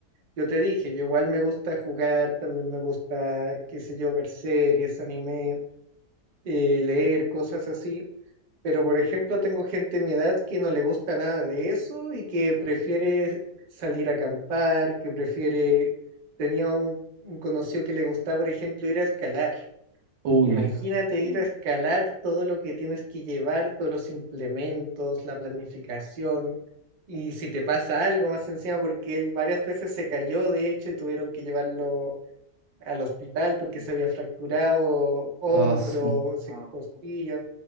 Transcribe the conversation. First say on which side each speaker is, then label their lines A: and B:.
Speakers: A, on the right; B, on the right.
A: Yo te dije, yo igual me gusta jugar, también me gusta, qué sé yo, ver series, anime, eh, leer cosas así. Pero, por ejemplo, tengo gente de mi edad que no le gusta nada de eso y que prefiere salir a acampar, que prefiere... Tenía un, un conocido que le gustaba, por ejemplo, ir a escalar.
B: Uy,
A: Imagínate ir a escalar todo lo que tienes que llevar, todos los implementos, la planificación, y si te pasa algo más encima, porque él varias veces se cayó, de hecho, y tuvieron que llevarlo al hospital porque se había fracturado hombro,
B: ah, su-
A: se- costillas.